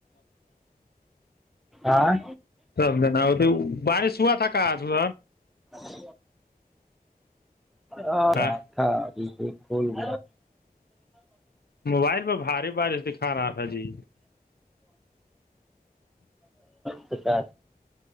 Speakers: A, in the centre; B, on the left (about 80°).
A: آاں
B: سم دنا ہو تو بارش ہوا تھا کا آج س
A: جی ہ
B: ہاں
A: تھاک پھول ب
B: موبائل پہ بھاری بارش دکھا رہا تھا جی
A: تو کیا